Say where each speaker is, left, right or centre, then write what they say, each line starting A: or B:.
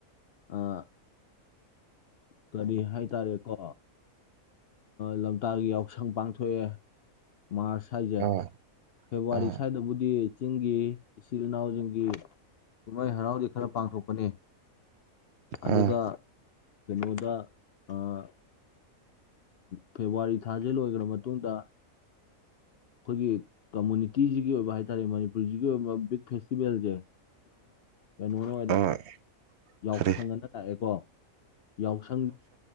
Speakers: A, on the left (about 60°); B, on the right (about 60°).
A: ꯑꯥ ꯀꯔꯤ ꯍꯥꯏꯇꯥꯔꯦꯀꯣ ꯂꯝꯇꯥꯒꯤ ꯌꯥꯎꯁꯪ ꯄꯥꯡꯊꯣꯛꯑꯦ ꯃꯥꯔꯁ ꯍꯥꯏꯁꯦ
B: ꯎꯝ
A: ꯐꯦꯕꯋꯥꯔꯤ
B: ꯎꯝ
A: ꯁ꯭ꯋꯥꯏꯗꯕꯨꯗꯤ ꯆꯤꯡꯒꯤ ꯏꯆꯤꯜ ꯏꯅꯥꯎꯁꯤꯡꯒꯤ ꯀꯨꯝꯍꯩ ꯍꯔꯥꯎꯗꯤ ꯈꯔ ꯄꯥꯡꯊꯣꯛꯄꯅꯤ
B: ꯑꯥ
A: ꯑꯗꯨꯒ ꯀꯩꯅꯣꯗ ꯑꯥ ꯐꯦꯕꯋꯥꯔꯤ ꯊꯥꯖꯦ ꯂꯣꯏꯒ꯭ꯔ ꯃꯇꯨꯡꯗ ꯑꯩꯈꯣꯏꯒꯤ ꯀꯝꯃꯨꯅꯤꯇꯤꯁꯤꯒꯤ ꯑꯣꯏꯕ ꯍꯥꯏꯇꯥꯔꯦ ꯃꯅꯤꯄꯨꯔꯁꯤꯒꯤ ꯑꯣꯏꯕ ꯕꯤꯛ ꯐꯦꯁꯇꯤꯚꯦꯜꯁꯦ ꯀꯩꯅꯣꯅ ꯑꯣꯏꯔꯦ
B: ꯑꯥ
A: ꯌꯥꯎꯁꯪꯉꯅ
B: ꯀꯔꯤ
A: ꯂꯥꯛꯑꯦꯀꯣ ꯌꯥꯎꯁꯪ